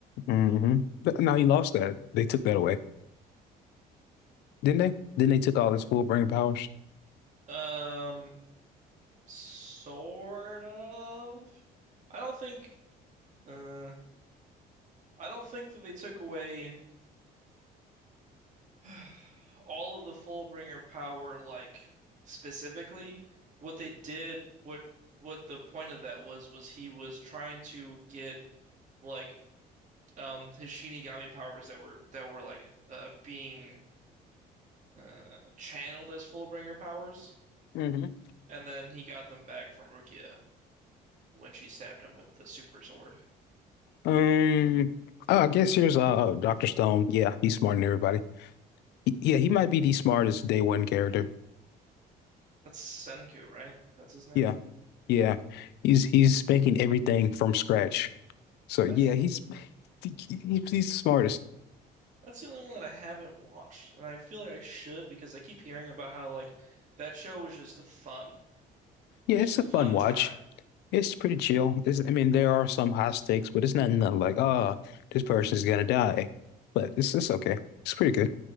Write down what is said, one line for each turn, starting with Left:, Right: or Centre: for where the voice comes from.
Left: hmm But now he lost that. They took that away, didn't they? Then they took all his full brain powers.
Right: Um sort of. I don't think uh I don't think that they took away <sighs> all of the Fullbringer power, like specifically, what they did, what what the point of that was, was he was trying to get like um his Shinigami powers that were that were like uh being uh channeled as Fullbringer powers,
Left: hmm
Right: and then he got them back from Rukia when she stabbed him with the super sword.
Left: Um, oh, I guess here's uh Dr. Stone. Yeah, he's smarter than everybody. Yeah, he might be the smartest day one character.
Right: That's Senku, right? That's his name.
Left: Yeah, yeah. He's he's making everything from scratch. So
Right: That's
Left: yeah, he's he- he's the smartest.
Right: That's the only one that I haven't watched, and I feel like I should because I keep hearing about how like that show was just a fun,
Left: Yeah,
Right: just
Left: it's
Right: a
Left: a
Right: fun
Left: fun watch.
Right: time.
Left: It's pretty chill. It's, I mean, there are some high stakes, but it's not nothing like, ah, this person's gonna die. But it's it's okay. It's pretty good.